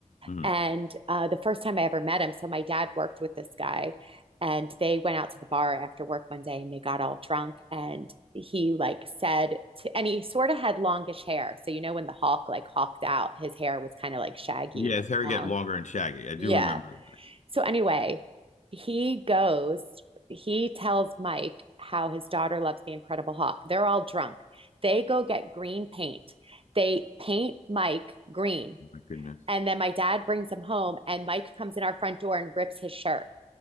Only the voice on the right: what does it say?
And uh, the first time I ever met him, so my dad worked with this guy and they went out to the bar after work one day and they got all drunk and he like said to and he sort of had longish hair so you know when the hawk like hawked out his hair was kind of like shaggy
long
yeah
so anyway he goes he tells mike how his daughter loves the incredible hawk they're all drunk they go get green paint they paint mike green
and then my dad brings him home, and Mike comes in our front door and rips his shirt.